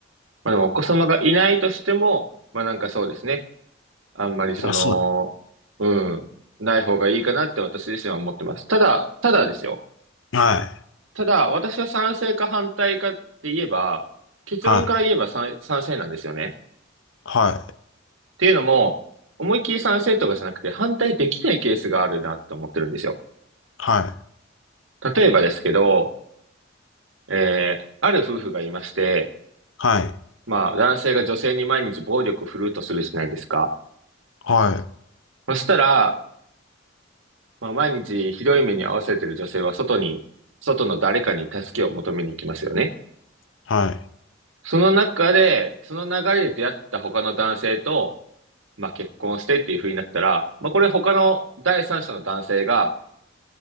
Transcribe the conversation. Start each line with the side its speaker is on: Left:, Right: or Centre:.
Right: まあでもお子様がいないとしても、まあなんかそうですね。あんまりその、
Left: あ、そう。
Right: うん、ない方がいいかなって私自身は思ってます。ただ、ただですよ。
Left: はい。
Right: ただ、私は賛成か反対かって言えば、結論から言えば賛、
Left: はい。
Right: 賛成なんですよね。
Left: はい。
Right: っていうのも、思いっきり賛成とかじゃなくて反対できないケースがあるなって思ってるんですよ。
Left: はい。
Right: 例えばですけど、えー、ある夫婦がいまして、
Left: はい。
Right: まあ、男性が女性に毎日暴力を振るうとするじゃないですか。
Left: はい。
Right: そしたら、まあ、毎日ひどい目に遭わせている女性は外に、外の誰かに助けを求めに行きますよね。
Left: はい。
Right: その中で、その流れで出会った他の男性と、まあ、結婚してっていう風になったら、まあ、これ他の第三者の男性が、